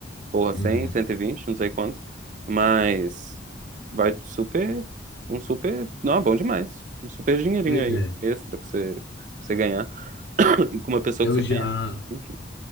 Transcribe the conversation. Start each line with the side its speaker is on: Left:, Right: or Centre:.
Right: Porra,
Left: Uhum.
Right: cem, cento e vinte não sei quanto. Mas vai super. Um super. Não, é bom demais. Um super dinheirinho
Left: Pois
Right: aí
Left: é.
Right: extra pra você, pra você ganhar. <coughs> <clears throat> E com uma pessoa
Left: Eu
Right: que você
Left: já,
Right: conhece, enfim.